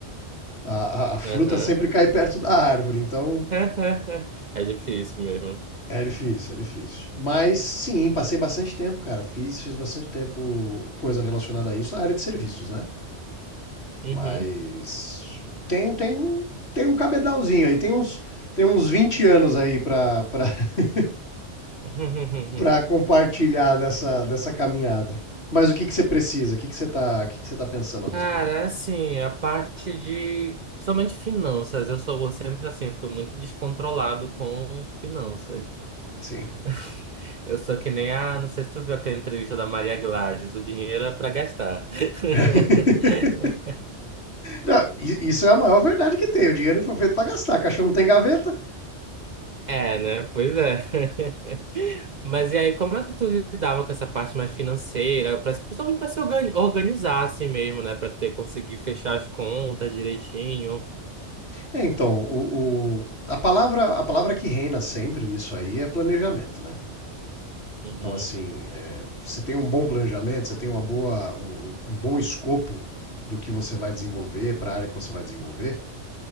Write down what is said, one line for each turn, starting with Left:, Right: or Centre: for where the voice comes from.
Left: A, a- a fruta
Right: Aham.
Left: sempre cai perto da árvore, então
Right: <laughs> É difícil mesmo.
Left: é difícil, é difícil. Mas sim, passei bastante tempo, cara. Fiz, fiz bastante tempo coisa relacionada a isso na área de serviços, né? Mas
Right: Uhum.
Left: tem, tem, um- tem um cabedalzinho aí, tem uns, tem uns 20 anos aí pra, pra, <laughs>
Right: <laughs>
Left: pra compartilhar dessa, dessa caminhada. Mas o que que você precisa? O que que você tá, o que que você tá pensando a respeito?
Right: Cara, assim, a parte de. Principalmente finanças, eu sou sempre assim, fui muito descontrolado com finanças.
Left: Sim.
Right: <laughs> Eu sou que nem a. Não sei se tu viu aquela entrevista da Maria Gladys, o dinheiro é pra gastar. <laughs>
Left: <laughs> Não, isso é a maior verdade que tem. O dinheiro foi feito para gastar. Cachorro não tem gaveta.
Right: É, né? Pois é. <laughs> Mas e aí, como é que tu lidava com essa parte mais financeira, pra- principalmente para se organi- organizar assim mesmo, né? Para ter conseguir fechar as contas direitinho.
Left: É, então, o, o- a, palavra, a palavra que reina sempre nisso aí é planejamento, né?
Right: Uhum,
Left: Então, assim, é, você tem um bom planejamento, você tem uma boa, um, um bom escopo do que você vai desenvolver, para a área que você vai desenvolver,